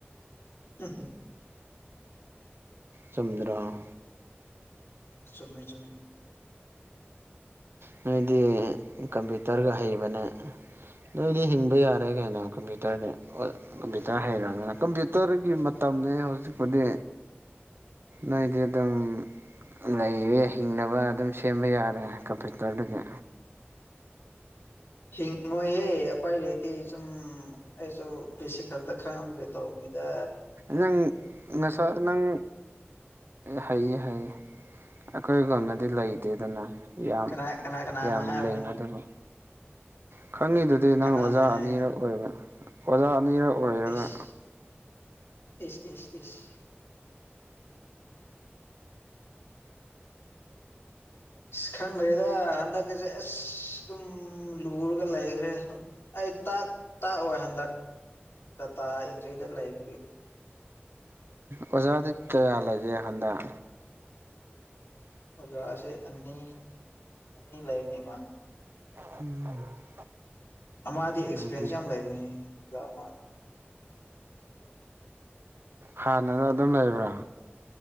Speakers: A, on the left; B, on the right.
A: ꯎꯝ
B: ꯆꯨꯝꯗꯔꯣ
A: ꯆꯨꯝꯃꯦ ꯆꯨꯝꯃꯦ
B: ꯎꯝ ꯅꯣꯏꯗꯤ ꯀꯝꯄ꯭ꯌꯨꯇꯔꯒ ꯍꯩꯕꯅꯦ ꯅꯣꯏꯗꯤ ꯍꯤꯡꯕ ꯌꯥꯔꯦ ꯀꯩꯅꯣ ꯀꯝꯄ꯭ꯌꯨꯇꯔꯗꯩ ꯍꯣꯏ ꯀꯝꯄ꯭ꯌꯨꯇꯔ ꯍꯩꯔꯒ ꯀꯝꯄ꯭ꯌꯨꯇꯔꯒꯤ ꯃꯇꯝꯅꯦ ꯍꯧꯖꯤꯛꯄꯨꯗꯤ ꯅꯣꯏꯗꯤ ꯑꯗꯨꯝ ꯂꯩꯔꯦ ꯍꯤꯡꯅꯕ ꯑꯗꯨꯝ ꯍꯤꯡꯕ ꯌꯥꯔꯦ ꯀꯝꯄ꯭ꯌꯨꯇꯔꯗꯒꯤ
A: ꯍꯤꯡꯉꯣꯏꯍꯦ ꯑꯄꯥꯏ ꯂꯩꯇꯦ ꯁꯨꯝ ꯑꯩꯁꯨ ꯄꯦꯁꯤꯀꯜꯗ ꯈꯪꯕꯒꯤ ꯇꯧꯕ ꯅꯤꯗ
B: ꯅꯪ ꯅꯁ ꯅꯪ ꯍꯩꯌꯦ ꯍꯩꯌꯦ ꯑꯩꯈꯣꯏꯒꯣꯟꯗ ꯂꯩꯇꯦꯗꯅ ꯌꯥꯝ
A: ꯀꯅꯥ ꯀꯅꯥ ꯀꯅꯥꯅ
B: ꯌꯥꯝ
A: ꯍꯥꯏꯕ
B: ꯂꯦꯡꯒꯗꯕ ꯈꯪꯉꯤꯗꯨꯗꯤ ꯅꯪ
A: ꯀꯅꯥꯅ
B: ꯑꯣꯖꯥ
A: ꯍꯥꯏ
B: ꯑꯅꯤꯔꯛ ꯑꯣꯏꯕ ꯑꯣꯖꯥ ꯑꯅꯤꯔꯛ ꯑꯣꯏꯔꯒ
A: ꯏꯁ ꯏꯁ ꯏꯁ ꯏꯁ ꯑꯁ ꯈꯪꯗ꯭ꯔꯦꯗ ꯍꯟꯗꯛꯀꯤꯁꯦ ꯑꯁ ꯑꯗꯨꯝ ꯂꯨꯔꯒ ꯂꯩꯈ꯭ꯔꯦ ꯑꯩ ꯇꯥꯛ ꯇꯥꯛꯑꯣꯏ ꯍꯟꯗꯛ ꯗꯇꯥ ꯑꯦꯟꯇ꯭ꯔꯤꯗ ꯂꯩꯕꯒꯤ
B: ꯑꯣꯖꯥꯗꯤ ꯀꯌꯥ ꯂꯩꯒꯦ ꯍꯟꯗꯛ
A: ꯑꯣꯖꯥꯁꯦ ꯑꯅꯤ ꯑꯅꯤ ꯂꯩꯕꯅꯤꯕ
B: <unintelligible>
A: ꯑꯃꯥꯗꯤ ꯑꯦꯛꯁꯄꯤꯔꯦꯟꯁ
B: ꯑꯗꯨꯗꯤ
A: ꯌꯥꯝ ꯂꯩꯕꯅꯤ ꯑꯣꯖꯥ ꯑꯃꯗꯣ
B: ꯍꯥꯟꯅꯅ ꯑꯗꯨꯝ ꯂꯩꯕ꯭ꯔꯥ